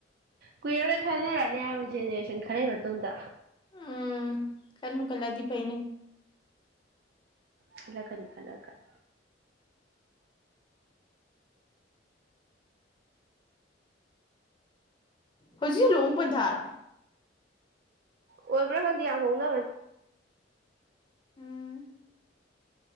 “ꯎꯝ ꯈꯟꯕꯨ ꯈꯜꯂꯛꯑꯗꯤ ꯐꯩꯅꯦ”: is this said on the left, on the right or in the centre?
Left